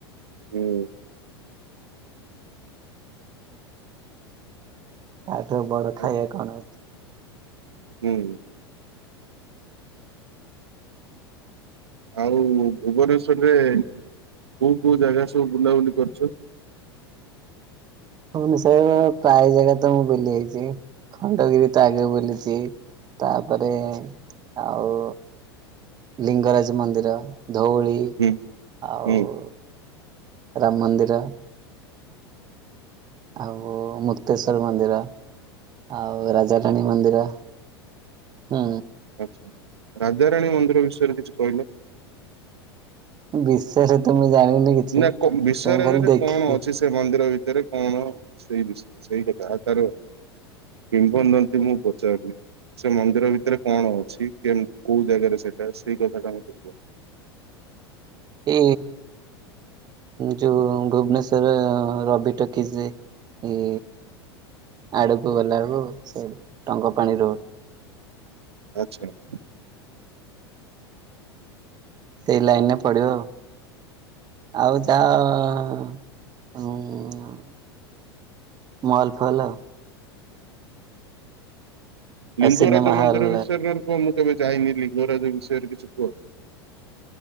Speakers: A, on the right; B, on the right.
A: ହୁଁ।
B: ତାଠୁ ବଡ
A: ଆ
B: ଖାଇବା କଣ ଅଛି?
A: ହୁଁ। ଆଉ ଭୁବନେଶ୍ଵରରେ କୋଉ କୋଉ ଜାଗା ସବୁ ବୁଲାବୁଲି କରିଛ?
B: ଭୁବନିସରର ପ୍ରାୟ ଜାଗା ତ ମୁଁ ବୁଲି ଯାଇଛି। ଖଣ୍ଡଗିରି ତ ଆଗ ବୁଲି ଛି ତାପରେ ଆଉ ଲିଙ୍ଗରାଜ ମନ୍ଦିର। ଧୋଉଳି
A: ହୁଁ
B: ଆଉ
A: ହୁଁ
B: ରାମ ମନ୍ଦିର। ଆଉ ମୁକ୍ତେଶ୍ୱର ମନ୍ଦିର ଆଉ ରାଜାରାଣୀ ମନ୍ଦିର। ହୁଁ।
A: ଆଛା ରାଜାରାଣୀ ମନ୍ଦିର ବିଷୟରେ କିଛି କହିଲେ।
B: ବିଶେୟରେ ତ ମୁଁ ଜାଣିନି। କିଛି
A: ନା କ ବିଶୟରେ
B: ତମେ ଖାଲି
A: <unintelligible>
B: ଦେଖିକି
A: କଣ ଅଛି? ସେ ମନ୍ଦିର ଭିତରେ କଣ ସେଇ ବିଷୟରେ ସେଇ କଥା ଆଉ ତାର କିମ୍ବଦନ୍ତି ମୁଁ ପଚାରୁନି। ସେ ମନ୍ଦିର ଭିତରେ କଣ ଅଛି? କେ କୋଉ ଜାଗାରେ ସେଇଟା ସେଇ କଥା ଟା ମତେ କୁହ।
B: ଇ ଯୋଉ ଭୁବନେଶ୍ଵର ରବି ଟକିଜ୍ ରେ ଏ ଆଡକୁ ଗଲା ବେଳକୁ ସେଇ ଟଙ୍ଗ ପାଣି ରୋଡ।
A: ଆଚ୍ଛା ଆଚ୍ଛା।
B: ସେଇ ଲାଇନ୍ ରେ ପଡିବ ଆଉ। ଆଉ ଯାଅ ଉଁ ମଲ ଫଲ।
A: ଲିଙ୍ଗରାଜ
B: ସିନେମା
A: ମନ୍ଦିର
B: ହଲ୍
A: ବିଷୟରେ <unintelligible> କୁହ। ମୁଁ କେବେ ଯାଇନି ଲିଙ୍ଗରାଜ ବିଷୟରେ କିଛି କୁହ।